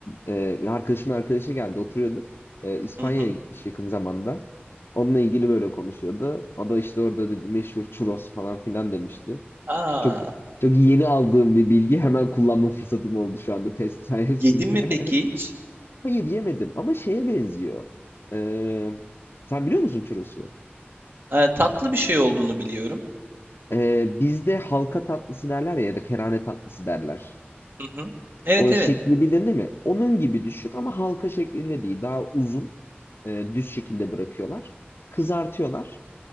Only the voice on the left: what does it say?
e, bir arkadaşımın arkadaşı geldi, oturuyorduk. E, İspanya'ya
gitmiş yakın zamanda. Onunla ilgili böyle konuşuyordu. O da işte orada dedi meşhur churros falan filan demişti.
Çok çok yeni aldığım bir bilgi hemen kullanma fırsatım oldu şu anda test sayesinde.
<laughs> Hayır yemedim ama şeye benziyor. E, sen biliyor musun churros'u?
Ee, bizde halka tatlısı derler ya ya da kerane tatlısı derler.
O
şekli bilin değil mi? Onun gibi düşün ama halka şeklinde değil. Daha uzun, e, düz şekilde bırakıyorlar. Kızartıyorlar.